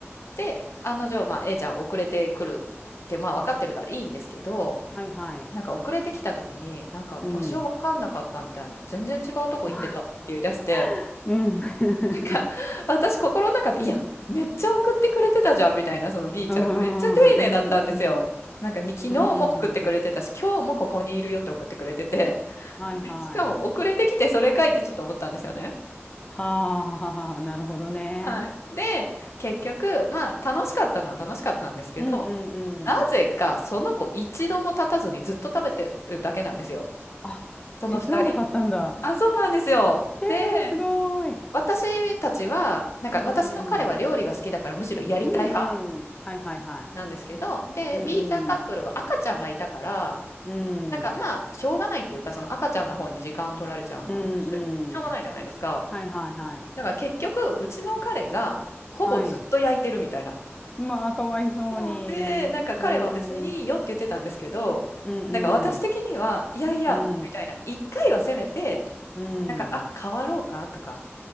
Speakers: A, on the left (about 70°); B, on the left (about 25°).
A: で、案の定、まあ A ちゃん遅れてくるって、まあ分かってるからいいんですけど、
B: はいはい。
A: なんか遅れてきた時に、なんか場う場所わかんなかったみたいな、
B: うん。
A: 全然違うとこ行ってたわって言い出して、
B: <laughs> うん。<laughs>
A: なんか私心の中で、いや、めっちゃ送ってくれてたじゃんみたいな、その B ちゃんがめっちゃ丁寧だったんですよ。
B: うんうんうん
A: なんかに昨日も送ってくれてたし、
B: うん。うん。
A: 今日もここにいるよって送ってくれてて、
B: はいはい。
A: しかも遅れてきてそれかいってちょっと思ったんですよね。
B: はあ、なるほどね。
A: はい。で、結局、まあ楽しかったのは楽しかったんですけど、
B: うんうんうん。
A: なぜかその子一度も立たずにずっと食べてるだけなんですよ。
B: あ、
A: その二人。
B: 手伝わなかったんだ。
A: あ、そうなんですよ。
B: けー、
A: で、
B: すごーい。
A: 私たちは、なんか私の彼は料理が好きだからむしろやりたい派
B: うんうん。うんうん。はいはいはい。
A: なんですけど、で、
B: うんうん。
A: B ちゃんカップルは赤ちゃんがいたから、
B: うん。
A: なんかまあ、しょうがないっていうか、その赤ちゃんの方に時間を取られちゃうのはもうしょ、
B: うん
A: しょうがないじゃないですか。
B: うん。はいはいはい。
A: だから結局、うちの彼がほぼずっと焼いてるみたいな。
B: はい。まあ、かわいそうに。
A: そうで、なんか彼は別にいいよって言ってたんですけど、
B: うん。うんうん。
A: なんか私的には、いやいや、
B: うん。
A: みたいな、一回はせめて、
B: うん。
A: なんか、あ、変わろうかとか、